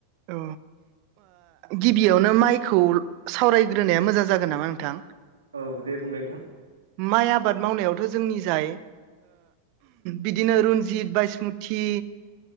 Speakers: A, on the right; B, on the right.
A: औ गिबियावनो माइखौ सावरायग्रोनाया मोजां जागोन नामा नोंथां?
B: औ दे बुंलाय नोंथां
A: माइ आबाद मावनायावथ' जोंनि जाय बिदिनो रन्जित बासमुति